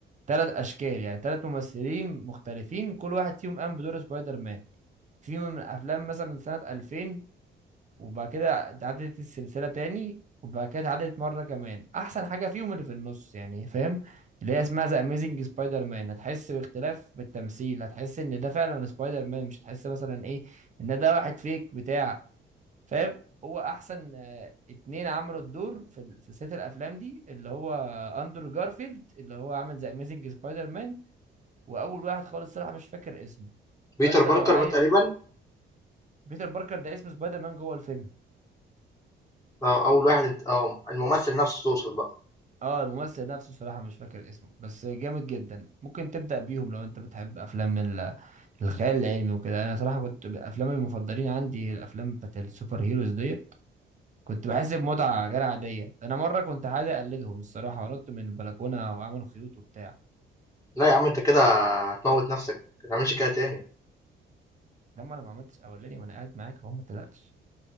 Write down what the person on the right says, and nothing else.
ثلاث اشكال يعني ثلاث ممثلين مختلفين كل واحد فيهم قام بدور سبايدر مان في من الافلام مثلا من سنة 2000 وبعد كده اتعادلت السلسلة تاني وبعد كده اتعادلت مرة كمان أحسن حاجة فيهم اللي في النص يعني فاهم اللي هي اسمها ذا أميزنج سبايدر مان هتحس باختلاف بالتمثيل هتحس إن ده فعلا سبايدر مان مش هتحس مثلا إيه إن ده واحد فيك بتاع فاهم هو أحسن آه، اتنين عملوا الدور في سلسلة الأفلام دي اللي هو أندرو جارفيلد اللي هو عامل ذا أميزنج سبايدر مان وأول واحد خالص صراحة مش فاكر اسمه فأنت
لو عايز
بيتر باركر ده اسم سبايدر مان جوه الفيلم
اه الممثل نفسه صراحة مش فاكر اسمه بس جامد جدا ممكن تبدأ بيهم لو انت بتحب افلام ال- الخيال العلمي وكده انا صراحة كنت الافلام المفضلين عندي هي الافلام بتاعت السوبر هيروز ديت كنت بحس بمتعة غير عادية انا مرة كنت عايز اقلدهم الصراحة ونط من البلكونة وعملوا خيوط وبتاع
ده ما انا ما عملتش اولاني وانا قاعد معاك اهو ما تقلقش